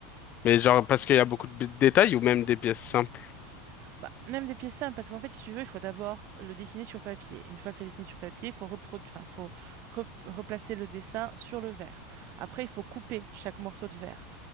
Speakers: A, on the left; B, on the right.
A: Mais genre, parce qu'il y a beaucoup de b- détails ou même des pièces simples.
B: Bah, même des pièces simples, parce qu'en fait, si tu veux, il faut d'abord le dessiner sur papier. Une fois que tu as dessiné sur papier, il faut, reprodu- enfin, faut re- replacer le dessin sur le verre. Après, il faut couper chaque morceau de verre.